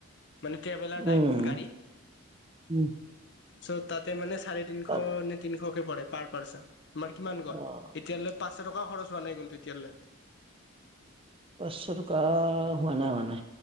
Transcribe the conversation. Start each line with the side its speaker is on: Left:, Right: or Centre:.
Left: মানে ট্ৰেভেলাৰ টাইপ
Right: উম।
Left: গাড়ী।
Right: উম
Left: চ' তাতে মানে চাৰে তিনশ
Right: তাত
Left: নে তিনিশকে পাৰ পাৰ্চেন, তোমাৰ কিমান গ'ল
Right: অ',
Left: এতিয়ালৈ পাঁচশ টকা খৰচ হোৱা নাই কিন্তু এতিয়ালৈ।
Right: পাঁচশ টকা হোৱা নাই মানে?